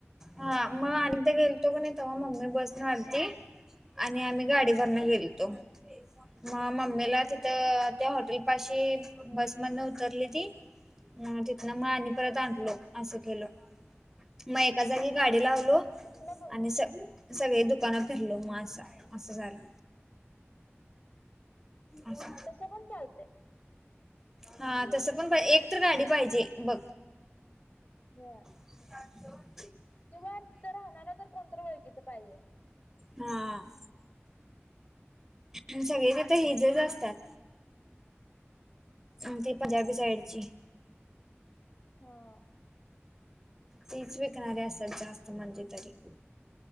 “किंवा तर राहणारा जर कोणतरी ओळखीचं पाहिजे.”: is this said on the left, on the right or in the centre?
Left